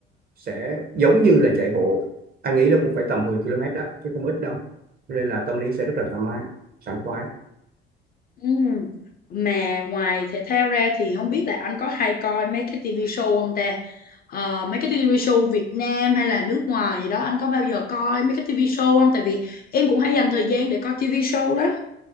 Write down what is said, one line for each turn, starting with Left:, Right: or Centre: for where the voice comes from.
Right: sẽ giống như là chạy bộ anh nghĩ là cũng phải tầm 10 km đó chứ không ít đâu Cho nên là tâm lý sẽ rất là thoải mái sảng khoái
Left: Ừ. Mà ngoài thể thao ra thì không biết là anh có hay coi mấy cái TV show không ta? Ờ, mấy cái TV show Việt Nam hay là nước ngoài gì đó anh có bao giờ coi mấy cái TV show không? Tại vì em cũng hay dành thời gian để coi TV show lắm.